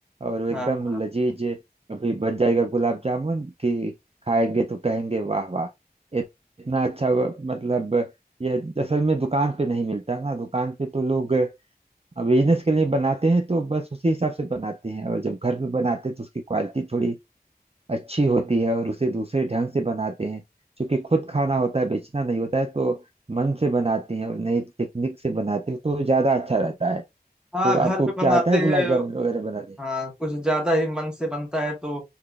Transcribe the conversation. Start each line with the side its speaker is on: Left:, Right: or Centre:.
Right: और वो एकदम
Centre: हाँ हाँ
Right: लजीज अभी बन जाएगा गुलाब जामुन कि खाएंगे तो कहेंगे वाह वाह इत- इतना अच्छा व- मतलब यह असल में दुकान पे नहीं मिलता ना दुकान पे तो लोग बिजनेस के लिए बनाते हैं तो बस उसी हिसाब से बनाते हैं और जब घर पे बनाते हैं तो उसकी क्वालिटी थोड़ी अच्छी होती है और उसे दूसरे ढंग से बनाते हैं क्योंकि खुद खाना होता है बेचना नहीं होता है तो मन से बनाती हैं और नई टेक्निक से बनाते हैं तो ज्यादा अच्छा रहता है
Centre: हाँ
Right: तो
Centre: घर
Right: आपको
Centre: पे
Right: क्या
Centre: बनाते
Right: आता है गुलाब
Centre: हैं
Right: जामुन वगैरह बनाने
Centre: हाँ कुछ ज्यादा ही मन से बनता है तो